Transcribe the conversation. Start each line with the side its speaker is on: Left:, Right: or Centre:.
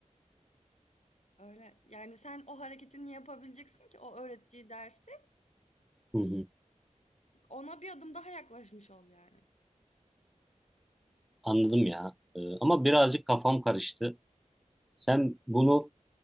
Left: Öyle. Yani sen o hareketini yapabileceksin ki o öğrettiği dersi
Centre: Hı hı,
Left: Ona bir adım daha yaklaşmış ol yani.
Centre: Anladım ya. Ee, ama birazcık kafam karıştı. Sen bunu